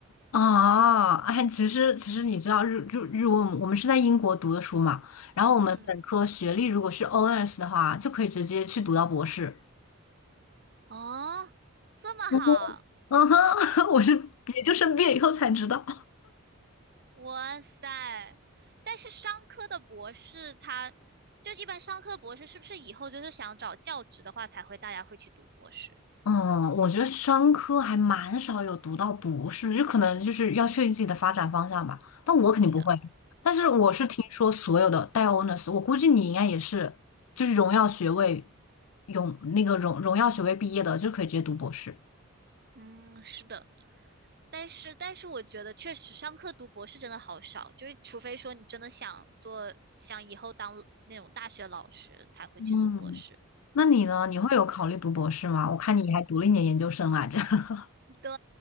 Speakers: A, on the left; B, on the right.
A: 啊？哎，其实其实你知道日就日文，我们是在英国读的书嘛，然后我们本科学历如果是
B: 嗯，
A: honors 的话，就可以直接去读到博士。
B: 哦，这么好。
A: 嗯哼 <laughs> 我是也就生毕业以后才知道。
B: 哇塞！但是商科的博士他，就一般商科博士是不是以后就是想找教职的话，才会大家会去读博士？
A: 嗯，我觉得商科还蛮少有读到博士，就可能就是要确定自己的发展方向吧。但我肯定不会，
B: 是的，
A: 但是我是听说所有的带
B: 嗯
A: honors，我估计你应该也是，就是荣耀学位，荣那个荣荣耀学位毕业的就可以直接读博士。
B: 嗯，是的。但是但是，我觉得确实商科读博士真的好少，就是除非说你真的想做，想以后当那种大学老师，才会去读博士。
A: 嗯，那你呢？你会有考虑读博士吗？我看你还读了一年研究生来着。<laughs>
B: 对，